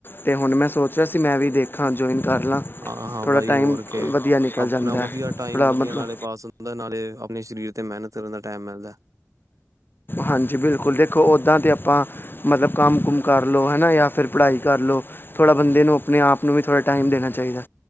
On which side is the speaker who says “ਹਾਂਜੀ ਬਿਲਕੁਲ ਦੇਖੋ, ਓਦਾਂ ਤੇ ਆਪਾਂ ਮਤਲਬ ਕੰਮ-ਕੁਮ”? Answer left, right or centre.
Left